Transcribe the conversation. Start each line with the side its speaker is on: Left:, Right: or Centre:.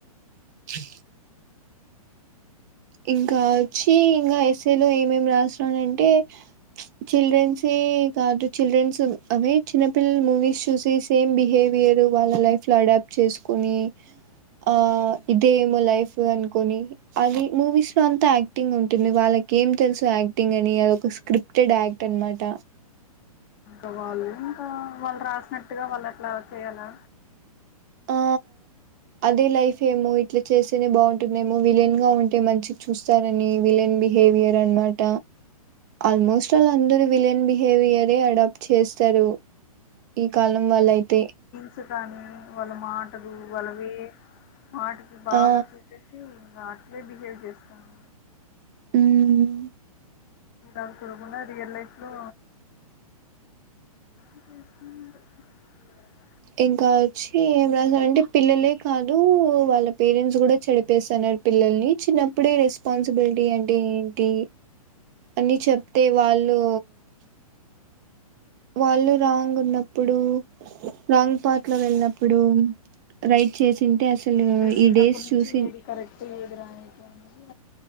Right: <unintelligible> ఇంకా వచ్చి ఇంకా ఎస్సఏలో ఏమేం రాసినానంటే ఇచ్ చిల్డ్రన్సే కాదు చిల్డ్రన్స్ అవే చిన్నపిల్లలు మూవీస్ చూసి సేమ్ బిహేవియర్ వాళ్ళ లైఫ్ లో అడాప్ట్ చేసుకోని ఆ ఇదేమో లైఫ్ అను కొన్ని అది మూవీస్ లో అంతా యాక్టింగ్ ఉంటుంది వాళ్ళకి ఏం తెలుసు యాక్టింగ్ అని అది ఒక స్క్రిప్టెడ్ యాక్ట్ అన్నమాట
Left: ఆ వాళ్ళు ఇంకా వాళ్ళు రాసినట్ ఇదిగో వాళ్ళు అట్లా చేయాలా
Right: ఆ అదే లైఫ్ ఏమో ఇట్లా చేస్తేనే బాగుంటుందేమో విలన్ గా ఉంటే మంచి చూస్తారని విలన్ బిహేవియర్ అనమాట ఆల్మోస్ట్ వాళ్ళందరూ విలన్ బిహేవియరే అడాప్ట్ చేస్తారు ఇక్ కాలం వాళ్ళ అయితే
Left: ఈ దాన్ని వాళ్ళ మాటలు వాళ్ళ వే మాటికి బాగా
Right: ఆ
Left: చూపేసి ఇంగా బిహేవ్ చేస్తాను
Right: ఉమ్మ్
Left: అంత చూడకుండా రియల్ లైఫ్లో <inaudible>
Right: ఇంకా ఓచ్చి ఏం రాదు అంటే పిల్లలే కాదూ, వాళ్ళ పేరెంట్స్ కూడా చెడిపేసన్నా పిల్లల్ని చిన్నప్పుడే రెస్పాన్సిబిలిటీ అంటే ఏంటి, అని చెప్తే వాళ్ళు. వాళ్ళు రాంగ్ ఉన్నప్పుడు, రాంగ్ పాట్ లో వెళ్ళినప్పుడు, రైట్ చేసింటే అస. ఎల్లిన
Left: అదే చిన్నప్పటి
Right: ఈ డేస్
Left: నుంచి
Right: చూసి.
Left: ఏది కరెక్ట్ ఏది రాంగ్ అని